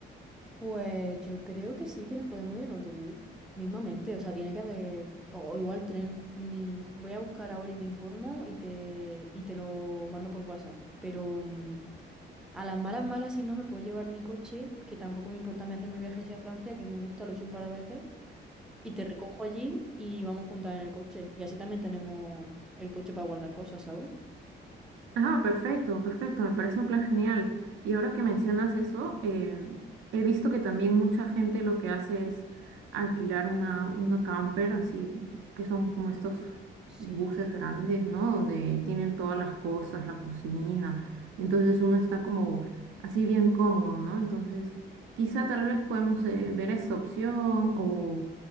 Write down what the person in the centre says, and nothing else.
pues yo creo que sí, que nos podemos ir en autobús, mismamente, o sea, tiene que haber, o, o igual tren. Mm, voy a buscar ahora y me informo y te, y te lo mando por WhatsApp, pero mm, A las malas, malas, si no, me puedo llevar mi coche, que tampoco me importa me hacerme mi viaje hacia Francia, que me gusta, lo he hecho un par de veces, y te recojo allí y vamos juntas en el coche. Y así también tenemos el coche para guardar cosas, ¿sabes?
Sí,